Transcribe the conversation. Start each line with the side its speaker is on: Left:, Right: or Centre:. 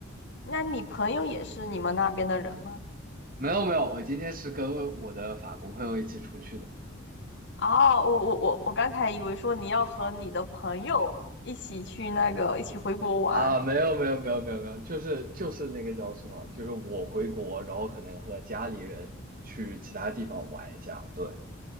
Left: 那你朋友也是你们那边的人吗？
Right: 没有没有，我今天是跟我的法国朋友一起出去的。
Left: 哦，我我我我刚才以为说你要和你的朋友一起去那个一起回国玩，
Right: 啊，没有没有没有没有没有，就是就是那个叫什么，就是我回国，然后可能和家里人去其他地方玩一下，对，